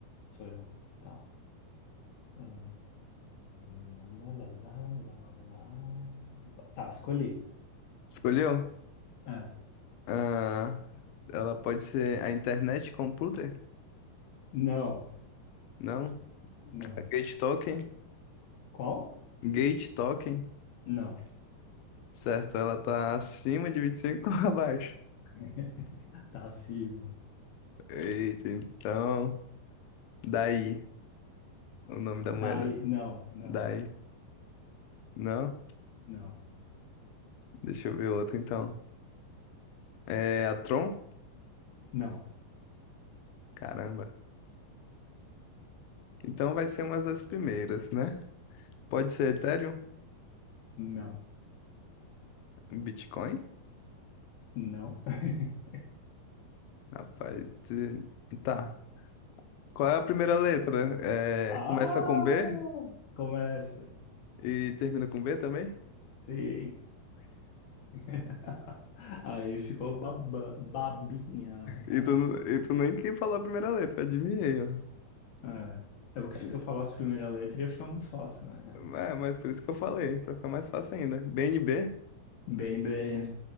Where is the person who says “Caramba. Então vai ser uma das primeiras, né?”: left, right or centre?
Left